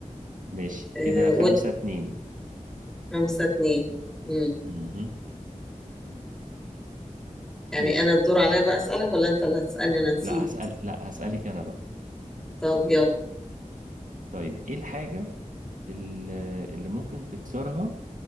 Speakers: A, on the right; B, in the centre.
A: ماشي
B: آه،
A: كده خمسة
B: و-
A: اتنين
B: خمسة اتنين مم.
A: مهم.
B: يعني
A: ماشي
B: أنا الدور عليا بقى أسألك ولا أنت اللي هتسألني أنا نسيت
A: لا هسأل لا هسألك انا بقى
B: طب يلا
A: طيب ايه الحاجة اللي, اللي ممكن تكسرها